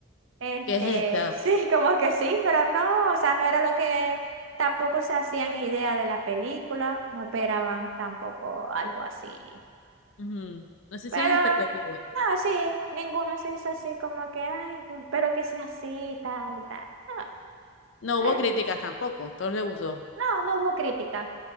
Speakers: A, on the right; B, on the left.
A: este,
B: ¿Qué es esta?
A: <laughs> sí, como que sí, pero no, o sea, no era lo que tampoco se hacían idea de la película, no esperaban tampoco algo así.
B: Ujú. No se hicieron
A: Pero,
B: expectativas.
A: no, sí, ninguno se hizo así como que, ay, espero que sea así y tal y tal. No,
B: No
A: pero
B: hubo críticas tampoco, todos les gustó.
A: No, no hubo crítica.